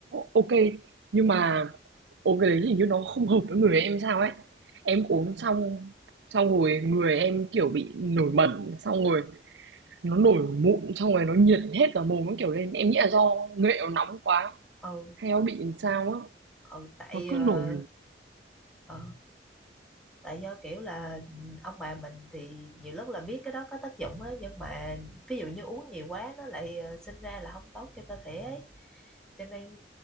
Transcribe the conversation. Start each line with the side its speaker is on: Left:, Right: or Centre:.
Right: ok. Nhưng mà
Centre: ừ
Right: uống cái đấy hình như nó không hợp với người em sao ấy. Em uống xong xong rồi người em kiểu bị nổi mẩn xong rồi nó nổi mụn xong rồi nó nhiệt hết cả mồm nó kiểu lên em nghĩ là do nghệ nó nóng quá
Centre: ừ,
Right: hay nó bị làm sao á
Centre: ừ tại
Right: nó cứ
Centre: ờ,
Right: nổi
Centre: ờ, tại do kiểu là ừ, ông bà mình thì nhiều lúc là biết cái đó có tác dụng á nhưng mà ví dụ như uống nhiều quá nó lại ờ, sinh ra là không tốt cho cơ thể ấy cho nên